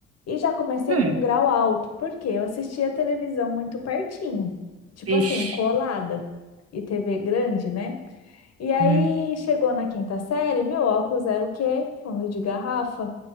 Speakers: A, on the left (about 55°); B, on the right (about 50°).
A: E já comecei
B: Hum.
A: com um grau alto, porque eu assistia televisão muito pertinho, tipo
B: Vixe.
A: assim, colada e TV grande, né? E aí
B: Uhum.
A: chegou na quinta série, meu óculos era o quê? Fundo de garrafa.